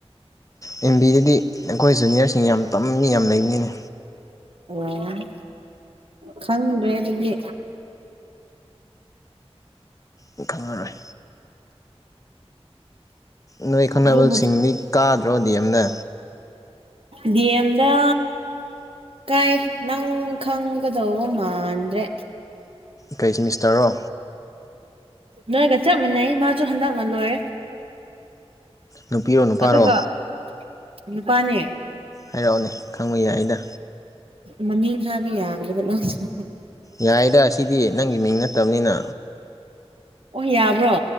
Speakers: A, on the left; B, on the right.
A: ꯑꯦꯝ ꯕꯤꯌꯦꯗꯤ ꯑꯩꯈꯣꯏ ꯖꯨꯅꯤꯌꯔꯁꯤꯡ ꯌꯥꯝ ꯇꯝꯃꯤ ꯌꯥꯝ ꯂꯩꯕꯅꯤꯅꯦ
B: ꯑꯣ ꯈꯪꯗ꯭ꯔꯦ ꯑꯗꯨꯗꯤ
A: ꯎꯝ ꯈꯪꯉꯔꯣꯏ ꯅꯣꯏ ꯈꯪꯅꯕꯁꯤꯡꯗꯤ
B: ꯑꯗꯨꯕꯨ
A: ꯀꯥꯗ꯭ꯔꯣ ꯗꯤ. ꯑꯦꯝ ꯅ
B: ꯗꯤ. ꯑꯦꯝꯗ ꯀꯥꯏ ꯅꯪ ꯈꯪꯒꯗꯧꯕ ꯃꯥꯟꯗ꯭ꯔꯦ
A: ꯀꯩ ꯁꯦꯃꯤꯁꯇꯔ ꯔꯣ
B: ꯅꯣꯏꯒ ꯆꯞ ꯃꯥꯟꯅꯩ ꯃꯥꯁꯨ ꯍꯟꯗꯛꯅ ꯂꯣꯏꯔꯦ
A: ꯅꯨꯄꯤꯔꯣ ꯅꯨꯄꯥꯔꯣ
B: ꯑꯗꯨꯒ ꯅꯨꯄꯥꯅꯦ
A: ꯍꯥꯏꯔꯛꯑꯣꯅꯦ ꯈꯪꯕ ꯌꯥꯏ ꯑꯩꯅ
B: ꯃꯃꯤꯡ ꯍꯥꯏꯕ ꯌꯥꯒꯗꯕ ꯃꫭꯏꯉꯤꯁꯨ
A: ꯌꯥꯏꯗ ꯁꯤꯗꯤ ꯅꯪꯒꯤ ꯃꯤꯡ ꯅꯠꯇꯕꯅꯤꯅ
B: ꯑꯣ ꯌꯥꯕ꯭ꯔꯣ